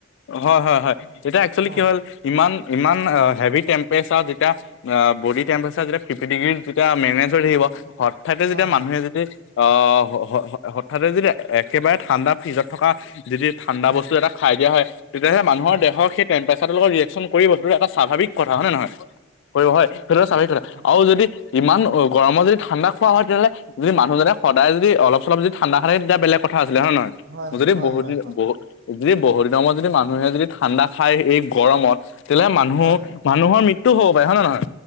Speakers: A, on the left; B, on the right.
A: হয় হয় হয় এতিয়া এক্সুৱেলি
B: অ
A: কি হ'ল ইমান ইমান
B: অ
A: হেভিকে টেমপেচাৰ যেতিয়া অ বড়ি টেমপেচাৰ যেতিয়া ফিপটি ডিগ্ৰী যেতিয়া মেনেজ হৈ থাকিব হঠাতে
B: হয়
A: যেতিয়া মানুহে
B: হয়
A: যদি অ হঠাতে যদি একেবাৰে ঠাণ্ডা ফ্ৰিজত থকা যদি ঠাণ্ডা
B: হয়
A: বস্তু এটা খাই দিয়া হয় তেতিয়াহে মানুহৰ
B: হয়
A: দেহৰ সেই টেমপেচাৰটো লগত ৰিয়েকচন কৰিব সেইটো এটা স্বাভাৱিক কথা হয় নে নহয় কৰিব হয় সেইটো স্বাভাৱিক কথা
B: অ
A: আৰু যদি ইমান গৰমত যদি ঠাণ্ডা খোৱা হয় তেতিয়াহ'লে যদি মানুহজনে সদায় যদি অলপ চলপ যদি ঠাণ্ডা খাই থাকে তেতিয়া বেলেগ কথা আছিলে হয় নহয়
B: হয় হয়
A: বহুদিন
B: হয় হয়
A: বহু যদি বহুত দিনৰত যদি মানুহে যদি ঠাণ্ডা খায় এই গৰমত তেতিয়াহলে মানুহ
B: হয়
A: মানুহৰ মৃত্যু হ'ব পাৰে হয় নহয়